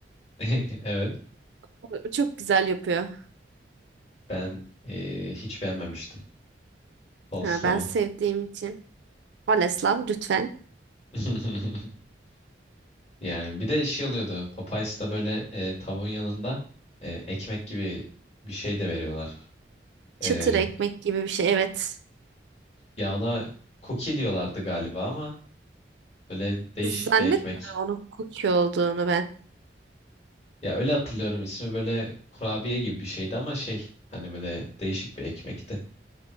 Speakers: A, on the left; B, on the right.
A: <laughs> Evet,
B: O Çok güzel yapıyor.
A: ben e, hiç beğenmemiştim coleslaw'u.
B: Ha, ben sevdiğim için. Koleslav lütfen.
A: <laughs> Yani bir de şey oluyordu. Popeyes'ta böyle e, tavuğun yanında e, ekmek gibi bir şey de veriyorlar.
B: Çıtır
A: E,
B: ekmek gibi bir şey. Evet.
A: ya ona cookie diyorlardı galiba ama böyle değişik
B: Zannetmiyorum
A: bir ekmek.
B: onun cookie olduğunu ben.
A: Ya öyle hatırlıyorum ismi böyle kurabiye gibi bir şeydi ama şey hani böyle değişik bir ekmekti.